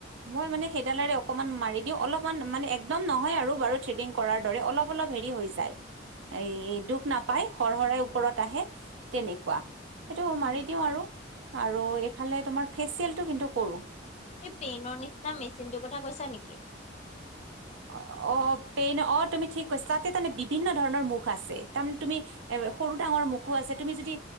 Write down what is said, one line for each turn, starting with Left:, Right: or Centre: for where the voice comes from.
Right: মই মানে সেইডালেৰেই অক অকমান মাৰি দিওঁ অলপমান মানে একদম নহয় আৰু বাৰু থ্ৰেডিং কৰাৰ দৰে অলপ অলপ হেৰি হৈ যায় এ দুখ নাপায় হৰ হৰাই ওপৰত আহে তেনেকুৱা সেইটো
Left: উম,
Right: মাৰি দিওঁ আৰু আৰু এইফালে তোমাৰ ফেচিয়েলটো কিন্তু কৰো
Left: এই পেইনৰ নিচিনা মেচিনটোৰ কথা কৈছা নিকি
Right: অ অ পেইন অ তুমি ঠিক কৈছা তাতে তাৰমানে বিভিন্ন ধৰণৰ মুখ আছে তাৰমানে তুমি এ সৰু ডাঙৰ মুখো আছে তুমি যদি